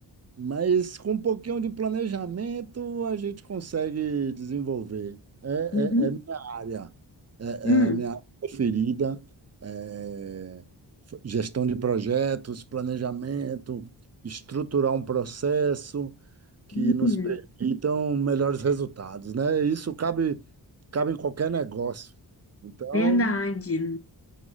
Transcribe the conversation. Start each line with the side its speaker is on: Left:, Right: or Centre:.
Right: Mas com um pouquinho de planejamento a gente consegue desenvolver. É,
Left: Uhum.
Right: é, é minha área, é
Left: Hum.
Right: minha área preferida, é f- gestão de projetos, planejamento, estruturar um processo. que
Left: Hum.
Right: nos permitam melhores resultados, né? Isso cabe, cabe em qualquer negócio. Então,
Left: Verdade.